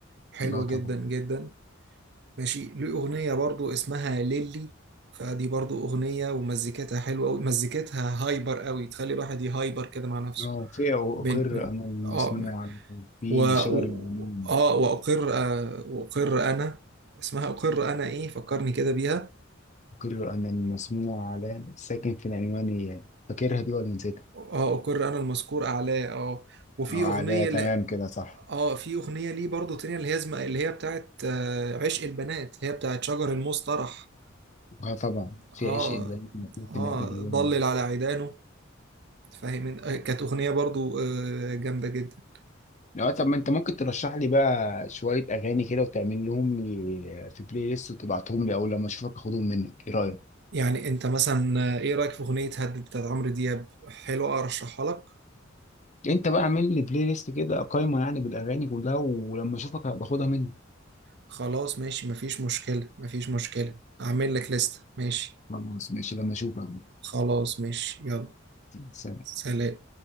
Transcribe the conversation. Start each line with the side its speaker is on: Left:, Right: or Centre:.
Right: حلوة
Left: اه طبعا
Right: جدا جدا ماشي ليه اغنية برضو اسمها ليلي فدي برضو اغنية ومزيكتها حلوة قوي مزيكتها هايبر قوي تخلي الواحد يهايبر كده مع نفسه
Left: اه في اقر
Right: بين من-
Left: انا المسموع
Right: اه
Left: على في
Right: و... و...
Left: شجر المؤمنين
Right: اه واقر آه واقر انا اسمها اقر انا ايه فكرني كده بيها
Left: اقر انا المسموع على ساكن في العنوان فاكرها دي ولا نسيتها
Right: اه اقر انا المذكور اعلاه اه وفي
Left: اه على
Right: اغنيه
Left: تمام
Right: ل...
Left: كده صح
Right: اه في اغنيه ليه برضو تانية اللي هي زم... اللي هي بتاعت آه عشق البنات هي بتاعت شجر المصطرح
Left: اه طبعا
Right: اه
Left: في عشق اللي ممكن يكون
Right: اه
Left: في نابليون
Right: ضلل على عيدانه فاهم آه، كانت اغنيه برضو آه جامده جدا
Left: اه طب ما انت ممكن ترشح لي بقى شوية اغاني كده وتعمل لهم لي في بلاي ليست وتبعتهم لي او لما اشوفك اخدهم منك ايه رأيك
Right: يعني انت مثلا آه، ايه رايك في اغنيه هدد بتاعت عمرو دياب حلوه ارشحها لك
Left: انت بقى اعمل لي بلاي ليست كده قايمة يعني بالاغاني كلها ولما اشوفك باخدها منك
Right: خلاص ماشي مفيش مشكلة مفيش مشكلة أعمل لك لستة ماشي
Left: خلاص ماشي لما اشوفك
Right: خلاص ماشي يلا
Left: سلام
Right: سلام